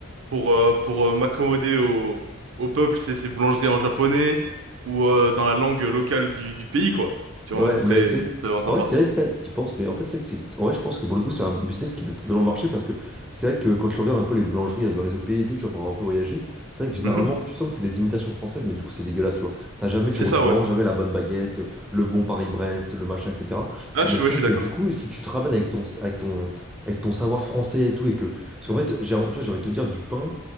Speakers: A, on the right; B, in the centre.
A: pour, euh, pour euh, m'accommoder au, au peuple, c'est c'est boulangerie en japonais ou euh, dans la langue locale du, du pays, quoi. Tu vois,
B: Ouais,
A: moi, ça serait,
B: mais c'est.
A: ça serait vraiment sympa.
B: En vrai, c'est vrai que ça, t'y penses, mais en fait, c'est vrai que c'est. En vrai, je pense que pour le coup, c'est un business qui peut totalement marcher parce que c'est vrai que quand tu regardes un peu les boulangeries euh, dans les autres pays et tout, tu vois, pour un peu voyager, c'est vrai que généralement,
A: Mhm.
B: tu sens que c'est des imitations françaises, mais du coup, c'est dégueulasse, tu vois. T'as jamais,
A: C'est
B: tu retrouves
A: ça, ouais.
B: vraiment jamais la bonne baguette, le bon Paris-Brest, le machin, etc.
A: Ah,
B: Et
A: je,
B: donc,
A: suis- ouais,
B: c'est
A: je
B: vrai
A: suis
B: que
A: d'accord.
B: du coup, si tu te ramènes avec ton, avec ton, avec ton savoir français et tout, et que. Parce qu'en fait, j'ai, tu vois, j'ai envie de te dire, du pain,